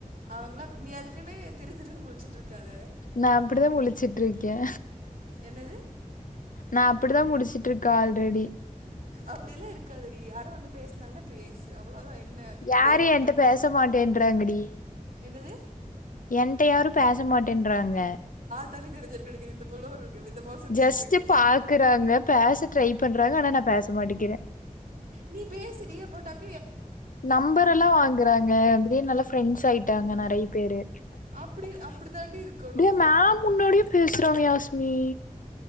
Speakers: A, on the right; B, on the left.
A: அவங்களா நீ அதுக்குன்னு திரு திருன்னு முழிச்சுட்டு இருக்காத
B: நா அப்படிதா முளிச்சுட்ருக்கே
A: என்னது
B: நா அப்டிதா முழிச்சிட்ருக்கே ஆல்ரெடி
A: அப்படியெல்லா இருக்காதடி யாராவது வந்து பேசுனாங்கன்னா பேசு அவ்ளோதா என்ன
B: யாரு
A: தெய்வ குத்தமா
B: என்ட்ட பேச மாட்டேன்றாங்கடி
A: என்னது
B: என்ட்ட யாரு பேச மாட் டேன்றாங்க
A: த்தாளே தெரிஞ்சிருக்கும் இந்தப் புள்ள ஒரு விதமா சுத்திட்டு
B: ஜஸ்ட்
A: இருக்குன்னு
B: பாக்குறாங்க பேச ட்ரை பண்றாங்க ஆனா நா பேச மாட்டிக்கிறே
A: நீ பேசுடி அப்போ டக்
B: நம்பர் எல்லா வாங்குறாங்க அப்டியே நல்லா ஃப்ரெண்ட்ஸ் ஆயிட்டாங்க நறைய பேரு
A: அப்டி
B: அப்படியே
A: அப்டிதாண்டி இருக்கணு
B: மேம் முன்னாடியே பேசுறாங் யாஸ்மி